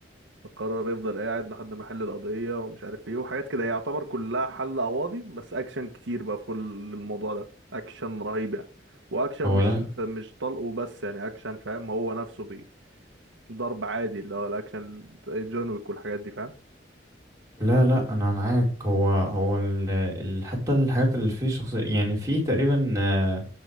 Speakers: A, on the right (about 75°); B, on the right (about 15°).
A: فقرر يفضل قاعد لحد ما يحل القضية ومش عارف ايه وحاجات كده هي يعتبر كلها حل قواضي بس اكشن كتير بقى في كل الموضوع ده اكشن رهيب يعني واكشن
B: هو
A: مش
B: لا
A: مش طلقه بس يعني اكشن فاهم هو نفسه بي ضرب عادي اللي هو الاكشن زي جون ويك والحاجات دي فاهم
B: لا لا انا معاك هو هو ال ال حتى الحاجات اللي فيه شخصية يعني في تقريبا آه،